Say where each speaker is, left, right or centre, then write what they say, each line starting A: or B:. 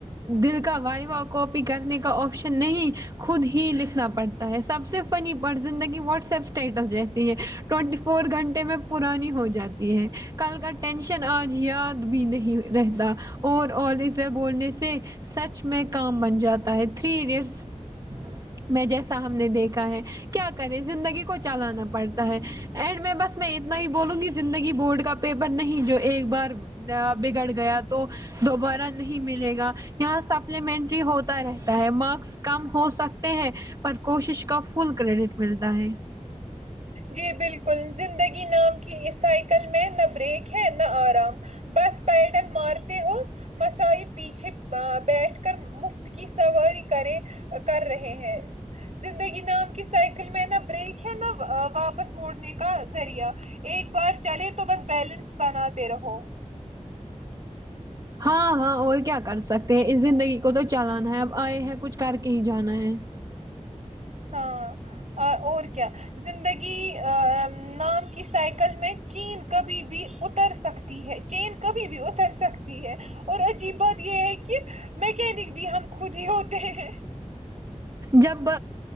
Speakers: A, on the right; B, on the right.
A: دل کا وائوہ کاپی کرنے کا آپشن نہیں خود ہی لکھنا پڑتا ہے سب سے فنی پ زندگی و اسٹیٹس جی ہے ٹینٹی فور گھنٹے میں پرانی ہو جاتی ہے کل کا ٹینشن آج یاد بھی نہیں رہتا اوور آ اس بولنے سے سچ میں کام بن جاتا ہے تھری ایڈٹ میں جیسا ہم نے دیکھا ہے کیا کریں زندگی کو چلانا پڑتا ہے اینڈ میں بس میں اتنا ہی بولوں گی زندگی بورڈ کا پیپر نہیں جو ایک بار بگڑ گیا تو دوبارہ نہیں ملے گا یہاں سپلیمنٹری ہوتا رہتا ہے مارکس کم ہو سکتے ہیں پر کوشش کا فل کریڈٹ ملتا ہے
B: جی بالکل زندگی نام کی اس سائیکل میں نہ بریک ہے نہ آرام بس پیڈل مارتے ہو مسائد پیچھے بیٹھ کر مفت کی سواری کرے کر رہے ہیں زندگی نام کی سائیکل میں نہ بریک ہے نہ واپس موڑنے کے کا ذریعہ ایک بار چلے تو تو بس بیلنس بناتے رہو
A: ہاں ہاں اور کیا کر سکتے ہیں اس زندگی کو تو چلانا ہے اب آئے ہیں کچھ کر کے ہی جانا ہے
B: ہاں اور کیا زندگی نام کی سائیکل میں چین کبھی بھی اتر سکتی ہے چین کبھی بھی اتر سکتی ہے اور عجیب بات یہ ہے کہ میکینک بھی ہم خود ہی ہوتے ہیں
A: جب